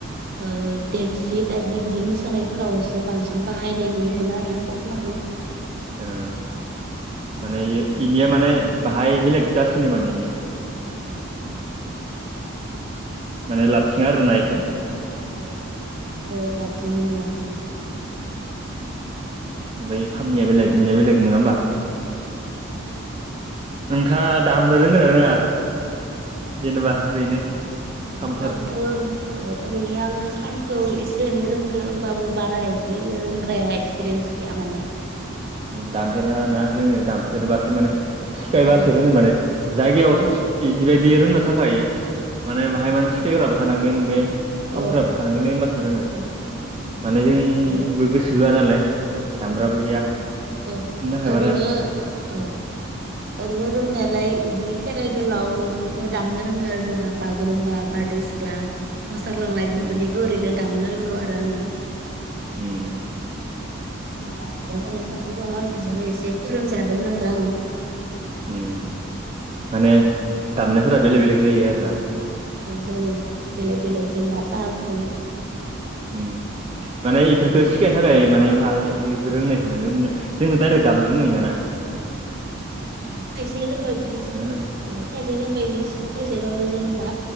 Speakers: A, on the right; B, on the right.
A: ओ देमसि टाइपनि बिदि मोसानायफोरावसो बांसिन बाहायनाय नुनो मोनो आरो ना टबलाखौ
B: ओ माने इनिया माने बाहाय बेलेग जासिनो माने इनिया
A: उम
B: माने लाबथिङा आरो ना इखौ
A: औ औ लाबथिंनाय नुवा
B: ओमफ्राय खामानिया बेलेग इनिया बेलेग नोङा होमबा नोंथाङा दामनो रोंगोना रोङा जेनेबा ओरैनो
A: ओ
B: खामफोर
A: आंथ' औ ओरैनो आङो खामखौ एसे एनै रोंगो होमबाबो बारा बिदि रोंदाराया एक्सपिरियेन्स गैया माने
B: दामफेराना जोङो दामफेरबासो माने सिखायबासो
A: औ
B: रोंगोन माने जायगायाव
A: औ
B: इदिबायदि रोंनो थाखाय माने बाहाय मानसि सिखायग्राबो थानांगोन ओमफाय खामफ्राबो
A: औ
B: थानांगोन ने होमबासो रोङो
A: औ
B: माने जोंबो
A: औ
B: गोसो होआ नालाय दामग्राबो
A: औ
B: गैया
A: औ
B: बेनि थाखाय
A: ओरैनो
B: बारा
A: औ ओरैनो रोंनायालाय बिदि खेराइ गोलाव इफोरखो दामनो रोङो आरो जेनेबा बागुरुम्बा बारदै सि ख्ला मोसाग्लांनाय बेफोरनिखौ
B: उम
A: ओरैनो दामनो रोंगौ आरो आङो
B: उम
A: जेनेबा आदा जानाय सासे दंमोन बिजोंनो एसे फोरोंजादोंमोन आरो आङो
B: उम माने दामनायफोरा बेलेग बेलेग जायो आरो ना
A: औ जायो बेलेग बेलेग जेनेबा ताल थायो
B: उम माने इफोरखो सिखायनो थाखाय माने <unintelligible> रोंनाय थानांगो माने जोंथ' डाइरेक्ट दामनो रोंनाय नोङाना
A: खायसे जेनबा बिदिस
B: आरो
A: खायजाया जेनबाय इदि सिखाय जायाबाबो जेनेबा